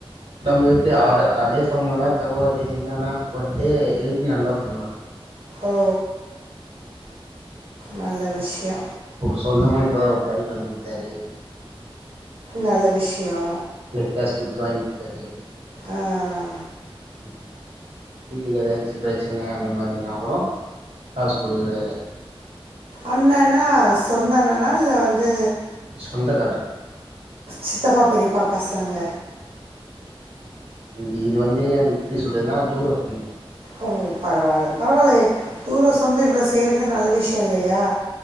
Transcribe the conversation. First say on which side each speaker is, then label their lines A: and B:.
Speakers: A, on the right; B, on the right.
A: நம்ப எ ப்டி அவுரு அதே சம்பளோ தா தருவாரு என்னெனா பட்டு ஹெல்ப் நல்லா பண்ணுவாரு
B: ஓ
A: ஆமா.
B: நல்ல விஷ்யோ
A: இப்ப சொந்தமா இப்பதா ஒரு பைக் வாங்கிகுட்த்தாரு
B: நல்ல விஷ்யோ
A: ப்ளெட் டாஸ்க் குட்த்து வாங் குத்தாரு
B: ஆ ஆ
A: ம் வீட்டுக்கு எதாச்சு பிரச்சன அந்த மாரினா கூடோ காசு குடுக்றாரு
B: அண்ணேனா சொந்த அண்ணனா இல்ல வந்து
A: சொந்தக்கார
B: சித்தப்பா பெரியப்பா பசங்க
A: இது இது வந்து அது எப்டி சொல்றதுன்னா தூரோ சொந்தோ
B: ஓ பரவால்ல பரவாலயே தூரோ சொந்தோ இவ்ளோ செய்றது நல்ல விஷயோ இல்லையா